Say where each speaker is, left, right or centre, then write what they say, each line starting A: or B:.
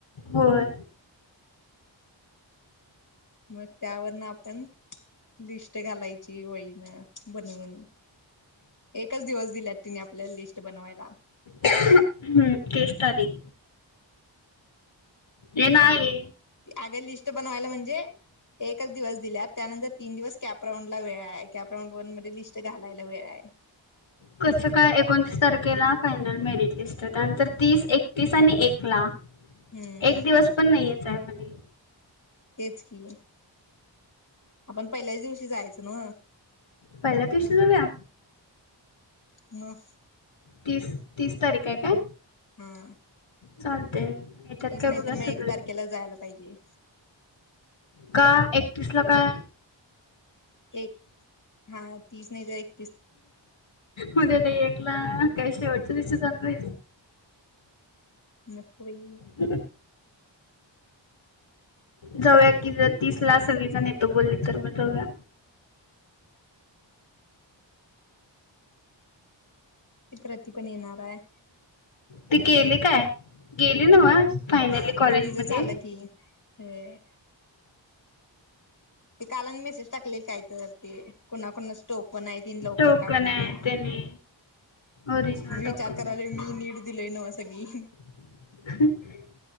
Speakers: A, on the left; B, on the left.
A: होय.
B: मग त्यावरन आपण लिस्ट घालायची वईनं बनवून. एकच दिवस दिल्यात तिने आपल्या लिस्ट बनवायला.
A: हम्म तीस तारीख हे नाही.
B: अग लिस्ट बनवायला म्हणजे एकच दिवस दिल्या त्यानंतर तीन दिवस कॅपराऊंड ला वेळ आहे कॅपराऊंड वन मध्ये लिस्ट घालायला वेळ आहे
A: कस काय एकोणतीस तारखेला फायनल मेरिट लिस्ट आहे त्यानंतर तीस एकतीस आणि एक ला
B: हम्म
A: एक दिवस पण नाही याच्यामध्ये
B: तेच कि आपण पहिल्याच दिवशी जायचं म
A: पहिला <unintelligible> जाव्या
B: मग
A: तीस तीस तारीख आहे काय?
B: हा.
A: चालते याच्यात
B: तीस
A: काय
B: नाही
A: बघा
B: तर मग
A: सगळे
B: एक तारखेला जायला पाहिजे.
A: का एकतीस ला काय?
B: एक हा तीस नाही तर एक
A: उद्या नाही एकला काय शेवटचं दिवशी जातोय
B: नको बाई
A: ह जाऊया कि जर तीस ला सगळीजण येतो बोलली तर मग जाऊया
B: एक रति पण येणार आहे.
A: ते गेले काय गेली नव्हं फायनली कॉलेज
B: होय तिचं
A: मध्ये
B: झालं की होय. ते कालाने मेसेज टाकलय काय तर ते कुणाकुणाच स्टोपण आहे त्यांनी लवकर
A: टोकन
B: काढून
A: आहे
B: घ्या
A: त्याने ओरिजिनल
B: विचार
A: डॉक्युमेंट
B: कराला मी नीट दिलेय ना व सगी
A: ह